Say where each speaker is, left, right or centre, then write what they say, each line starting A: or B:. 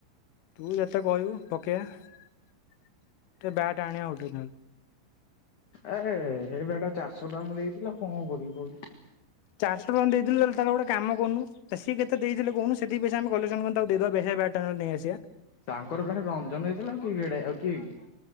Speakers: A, on the left; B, on the left.
A: ତୁ ଯେତେ କହିବୁ ପକେଇବା। ଟେ ବ୍ୟାଟ୍ ଆଣିବା ଅର୍ଡିନାଲ୍।
B: ଆ, ହେ ହେଇ ବ୍ୟାଟ୍ ଟା ଚାରଶହ ଟଙ୍କା ମୁଁ ଦେଇଥିଲି ଆଉ କଣ କରିବି କହିଲୁ?
A: ଚାରଶହ ଟଙ୍କା ଦେଇଥିଲୁ ତାହାଲେ ତାଲେ ଗୋଟେ କାମ କରୁନୁ। ତ ସିଏ କେତେ ଦେଇଥିଲେ କହୁନୁ? ସେତିକି ପଇସା ଆମେ କଲେକ୍ସନ୍ କରିକି ତାକୁ ଦେଇଦେବା ବେ ହେ ସେ ବ୍ୟାଟ୍ ଟା ନହେଲେ ନେଇ ଆସିବା।
B: ତାଙ୍କର ପିଲା ସେ ରଞ୍ଜନ ଦେଇଥିଲା ଆଉ କିଏ? ଗେଡାଭାଇ ଆଉ କିଏ କି?